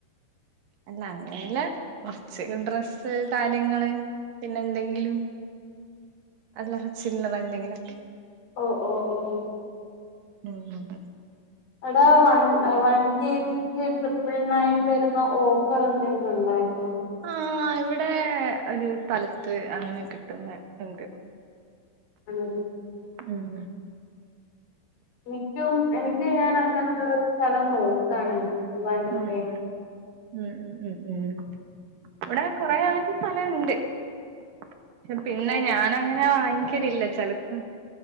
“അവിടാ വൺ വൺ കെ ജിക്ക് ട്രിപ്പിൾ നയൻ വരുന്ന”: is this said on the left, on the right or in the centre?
Left